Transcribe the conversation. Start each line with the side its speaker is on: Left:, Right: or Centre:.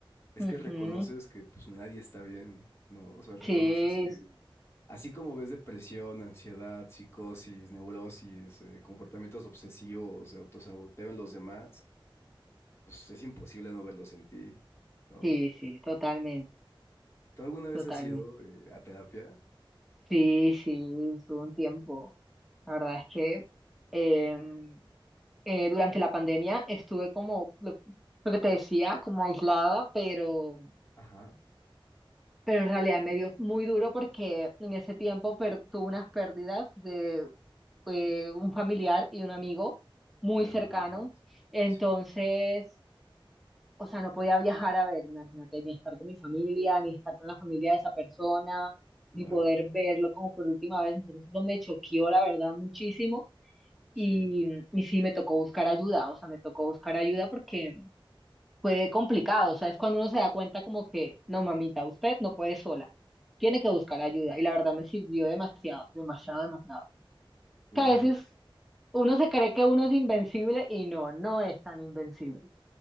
Left: es
Centre: ujú.
Left: que reconoces que pues nadie está bien, ¿no? O sea, reconoces
Centre: Sí, sí,
Left: Así como ves depresión, ansiedad, psicosis, neurosis, eh, comportamientos obsesivos, autosaboteo en los demás, pues es imposible no verlos en ti, ¿no?
Centre: sí, sí, totalmente,
Left: ¿Tú alguna vez
Centre: totalmente.
Left: has ido eh, a terapia?
Centre: Sí, sí, estuvo un tiempo. La verdad es que em, eh, durante la pandemia estuve como, lo, lo que te decía, como aislada, pero,
Left: Ajá,
Centre: pero en realidad me dio muy duro porque en ese tiempo per- tuve unas pérdidas de un familiar y un amigo muy
Left: claro,
Centre: cercano.
Left: lamento.
Centre: Entonces,
Left: Sí,
Centre: o sea, no podía viajar a ver, imagínate, ni estar con mi familia, ni estar con la familia de esa persona,
Left: claro,
Centre: ni poder verlo como por última vez. Entonces, eso me choqueó, la verdad, muchísimo.
Left: sí.
Centre: Y, y sí, me tocó buscar ayuda, o sea, me tocó buscar ayuda porque fue complicado, o sea, es cuando uno se da cuenta como que, no, mamita, usted no puede sola, tiene que buscar ayuda. Y la verdad me sirvió demasiado, demasiado, demasiado
Left: Claro.
Centre: que a veces uno se cree que uno es invencible y no, no es tan invencible.